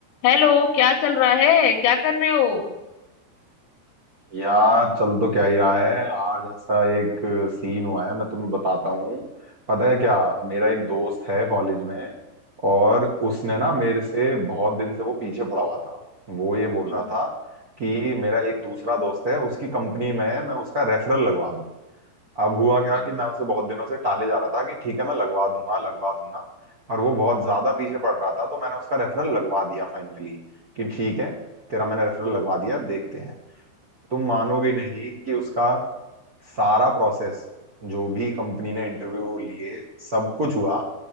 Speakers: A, on the left (about 85°); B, on the right (about 70°).
A: Hello क्या चल रहा है क्या कर रहे हो
B: यार चल तो क्या ही रहा है आज ऐसा एक सीन हुआ है मैं तुम्हें बताता हूँ पता है क्या मेरा एक दोस्त है कॉलेज में और उसने ना मेरे से बहुत दिन से वो पीछे पड़ा हुआ था वो ये बोल
A: हम्म,
B: रहा था कि मेरा एक दूसरा दोस्त है उसकी कंपनी में है मैं उसका रेफरल लगवा दूं अब हुआ क्या
A: अच्छा,
B: कि मैं उसे बहुत दिनों से टाले जा रहा था कि ठीक है मैं लगवा दूंगा लगवा दूंगा और वो बहुत ज्यादा पीछे पड़ रहा था तो मैंने उसका रेफरल लगवा दिया फाइनली कि ठीक है तेरा मैंने रेफरल लगवा दिया अब देखते हैं तुम मानोगे नहीं कि उसका सारा प्रोसेस जो भी कंपनी ने इंटरव्यू लिए सब कुछ हुआ